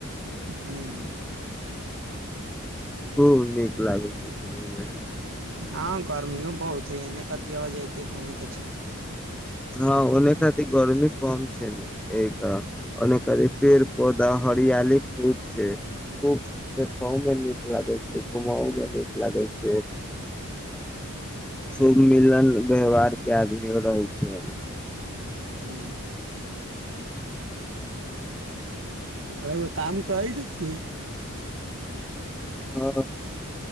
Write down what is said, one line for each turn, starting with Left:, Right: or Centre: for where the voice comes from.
Right: हूँ
Centre: खूब नीक लागै छै घूमैमे
Right: हँ गर्मियो बहुत हइ एने कतिय जेतै घूमेै तऽ ठीक रहतै
Centre: हँ ओने खातिर गर्मी कम छै नू एक ओने खातिर पेड़ पौधा हरियाली खूब छै खूब देखहो मे नीक लागे छै घूमहो मे नीक लागे छै खूब मिलन व्यवहार के आदमी रहै छै चल
Right: हूँ हँ रौआ काम करै छथिन
Centre: आ